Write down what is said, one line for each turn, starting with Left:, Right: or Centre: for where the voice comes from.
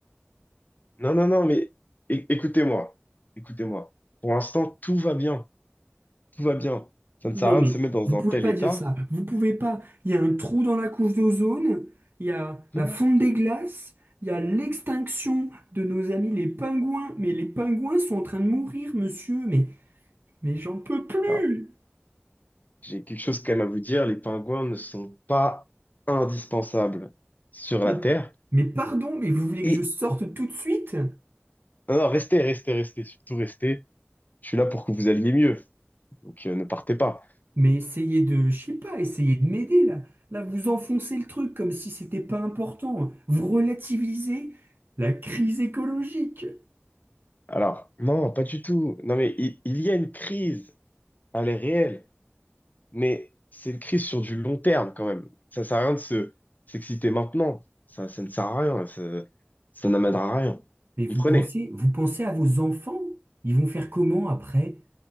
Left: Non, non, non, mais é- écoutez-moi, écoutez-moi. Pour l'instant, tout va bien, tout va bien. Ça ne
Right: Non,
Left: sert à rien
Right: mais
Left: de se mettre dans
Right: vous pouvez
Left: un tel
Right: pas
Left: état.
Right: dire ça. Vous pouvez pas. Il y a un trou dans la couche d'ozone, il y a
Left: Non.
Right: la fonte des glaces, il y a l'extinction de nos amis les pingouins. Mais les pingouins sont en train de mourir, monsieur, mais mais j'en peux plus.
Left: Ah, j'ai quelque chose quand même à vous dire. Les pingouins ne sont pas indispensables sur
Right: Mais,
Left: la Terre.
Right: mais pardon, mais vous voulez que
Left: Et
Right: je sorte tout de suite?
Left: non, non, restez, restez, restez, surtout restez. Je suis là pour que vous alliez mieux. Donc euh, ne partez pas.
Right: Mais essayez de, je sais pas, essayez de m'aider là. Là, vous enfoncez le truc comme si c'était pas important. Vous relativisez la crise écologique.
Left: Alors, non, pas du tout. Non, mais il, il y a une crise, elle est réelle, mais c'est une crise sur du long terme quand même. Ça sert à rien de se s'exciter maintenant. Ça, ça ne sert à rien. Ça, ça n'amènera à rien.
Right: Mais vous
Left: Vous Comprenez?
Right: pensez, vous pensez à vos enfants? Ils vont faire comment après?